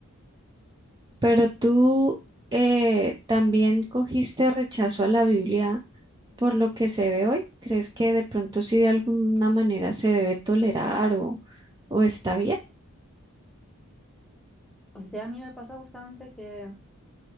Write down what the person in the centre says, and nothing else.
O sea, a mí me pasa justamente que